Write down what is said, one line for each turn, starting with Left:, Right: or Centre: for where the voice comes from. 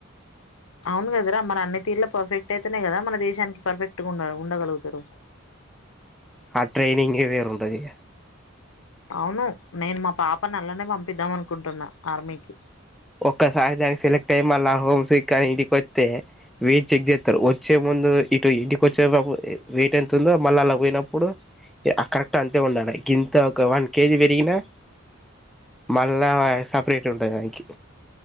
Left: అవును కదరా మరి అన్ని తీర్ల పర్ఫెక్ట్ అయితేనే కదా మన దేశానికి పర్ఫెక్ట్ గా ఉ ఉండగలుగుతారు
Centre: ఆ ట్రైనింగ్ ఏ వేరుంటది ఇగ
Left: అవును నేను మా పాప అల్లనే పంపిద్దాం అనుకుంటున్నా ఆర్మీకి
Centre: ఒక్క సహజానికి సెలెక్ట్ అయ్యి మళ్ళ హోమ్స్ సిక్ అయ్ ఈడీకి వొత్తే వెయిట్ చెక్ చేస్తారు వచ్చే ముందు ఇందు ఇటు ఇంటికి వచ్చేటపు వెయిట్ ఎంత ఉందో మళ్ళీ అల పోయినప్పుడు ఇగ క కరెక్ట్ అంతే ఉండాల గింత ఒక వన్ కేజీ పెరిగినా మళ్ళా సపరేట్ ఉంటంది దానికి